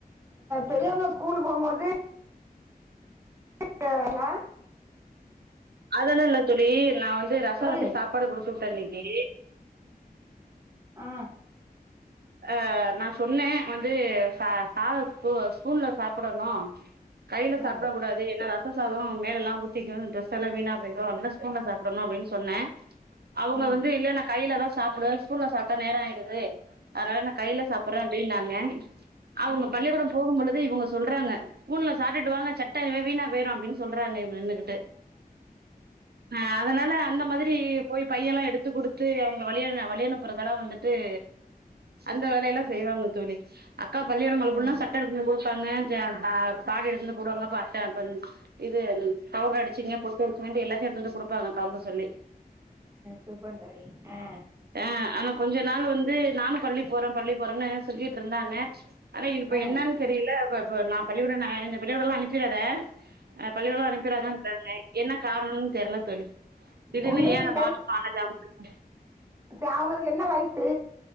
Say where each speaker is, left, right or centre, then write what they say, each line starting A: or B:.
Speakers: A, on the right; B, on the right.
A: பெரியவங்க ஸ்கூல் போம்போது கே கேரளா
B: அதெல்லா இல்ல தோழி நா வந்து ரசம்
A: தோழி
B: வச்சு சாப்பாடு குடுத்து விட்டே இன்னிக்கி
A: ஆ
B: அ நா சொன்னே வந்து ச சாத ஸ்பூன்ல சாப்புடணு கையில சாப்புட
A: ஆ
B: கூடாது என்னலா ரச சாதம் அவ மேல எல்லா ஊத்திக்கு டிரெஸ் எல்லா வீணா போயிரு அந்த ஸ்பூன்ல சாப்புடணு அப்டி நா சொன்னே அவுங்க
A: ம் ம்
B: வந்து இல்ல நா கையில தா சாப்புடுவே ஸ்பூன்ல சாப்ட்டா நேரம் ஆயிடுது அதனால நா கையில சாப்புறே அப்டினாங்க அவுங்க
A: ம்
B: பள்ளி கூடம் போகும்போது இவுங்க சொல்றாங்க ஸ்பூல சாப்ட்டுவாங்க சட்ட வீணா போயிடு அப்டி சொல்றாங்க இவுங்க நின்னுகிட்டு ஆ அதனால அந்த மாரி போய் பையெல்லா எடுத்து குடுத்து அவுங்க வழியண வழியனுப்புகறதெல்லா வந்துட்டு தே அந்த வேலையெல்லா செய்வாங்க தோழி அக்கா பள்ளி கூடம்
A: ஆ
B: கெலம்புனா
A: ஆ
B: சட்ட எடுத்து கொடுப்பாங்க <unintelligible> பாதி எடுத்து வந்து போடுவாங்க பா இது பவுடர் அடிச்சிங்க பொட்டு வடிச்சிங்க எல்லாத்தையு எடுத்து வந்து கொடுப்பாங்க கெலம்ப சொல்லி
A: சூப்பர் தோழி ஆ
B: ஆ ஆனா கொஞ்சோ நாள் வந்து நானு பள்ளி பள்ளி போறோம்னு சொல்லிட்டு இருந்தாங்க ஆனா இது இப்ப
A: ஆ
B: என்ன தெரியல இப்ப நா பள்ளிக்கூடம் நா பள்ளிக்கூடம் அனுப்பிறாத ஆ பள்ளிகூடம் அனுப்பிறாதெ கிறாங்க என்ன காரணனு தெரியல தோழி திடிரென
A: உங்களுக்கு
B: ஏ அந்த மாற்ற ஆ <unintelligible>
A: ச அவுங்களுக்கு என்ன வயசு